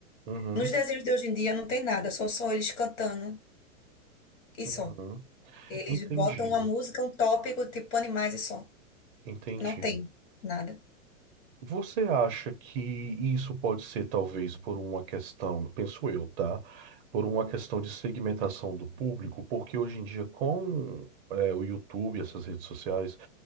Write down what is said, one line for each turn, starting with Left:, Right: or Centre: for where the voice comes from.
Right: Uhum.
Left: Nos desenhos de hoje em dia não tem nada, são só eles cantando e
Right: Uhum.
Left: só. Eles
Right: Entendi.
Left: botam uma música, um tópico, tipo animais e só.
Right: Entendi.
Left: Não tem nada.
Right: Você acha que isso pode ser talvez por uma questão, penso eu, tá? Por uma questão de segmentação do público, porque hoje em dia com é, o YouTube, essas redes sociais,